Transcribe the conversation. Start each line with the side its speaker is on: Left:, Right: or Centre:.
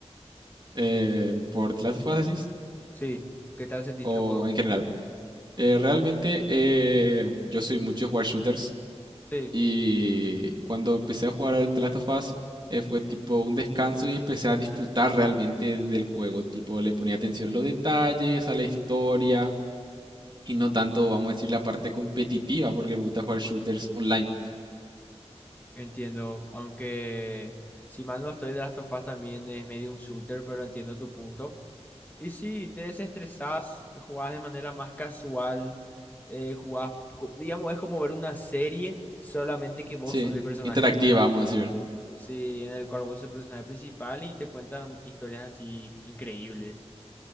Right: eh, por The Last of Us decís,
Left: Sí, ¿qué tal sentiste
Right: o
Left: el juego?
Right: en general. Eh, realmente eh, yo soy mucho de jugar shooters,
Left: Sí,
Right: Y cuando empecé a jugar al The Last of Us, eh, fue tipo un descanso y empecé a disfrutar realmente del juego. Tipo, le ponía atención a los detalles, a la historia y no tanto, vamos a decir, la parte competitiva, porque me gusta jugar shooters online.
Left: entiendo, aunque si mal no estoy, de Last of Us también es medio un shooter, pero entiendo tu punto. Y sí, te desestresás, jugás de manera más casual, eh, jugás, co- digamos, es como ver una serie, solamente que vos
Right: Sí,
Left: sos el personaje
Right: interactiva,
Left: principal.
Right: vamos a decir. ¿no?
Left: Sí, en el cual vos sos el personaje principal y te cuentan historias así increíbles.